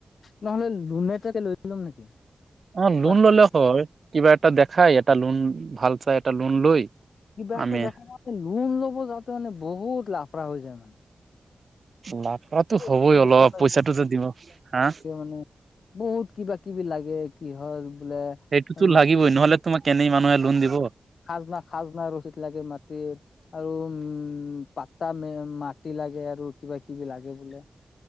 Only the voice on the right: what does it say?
অ,
লোন
ললে
হয় কিবা এটা দেখাই এটা লোন ভাল চাই এটা লোন লৈ
আমি
লাফ্রাটো
হ'বই
অলপ পইচাটো যে দিব হা।
সেইটোতো
লাগিবই নহলে তোমাক কেনেই মানুহে লোন দিব।